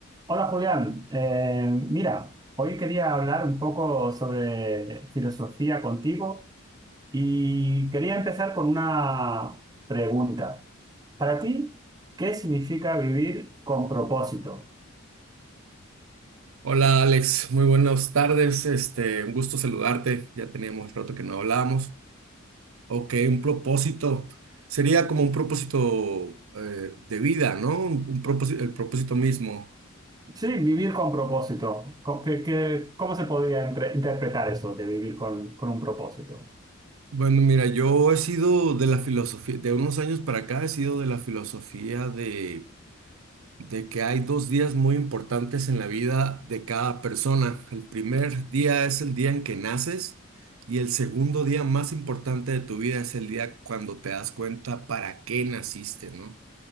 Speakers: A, on the right (about 20°); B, on the right (about 80°).
A: Hola Julián, Eh, mira, hoy quería hablar un poco sobre filosofía contigo y quería empezar con una pregunta. Para ti, ¿qué significa vivir con propósito?
B: Hola Alex, muy buenas tardes. Este, un gusto saludarte. Ya teníamos rato que no hablábamos. Ok, un propósito. Sería como un propósito eh, de vida, ¿no? Un, propósito, el propósito mismo.
A: Sí, vivir con propósito. Co- ¿Qué, qué- cómo se podría entre- interpretar eso de vivir con, con un propósito?
B: Bueno, mira, yo he sido de la filosofía, de unos años para acá he sido de la filosofía de de que hay dos días muy importantes en la vida de cada persona. El primer día es el día en que naces y el segundo día más importante de tu vida es el día cuando te das cuenta para qué naciste, ¿no?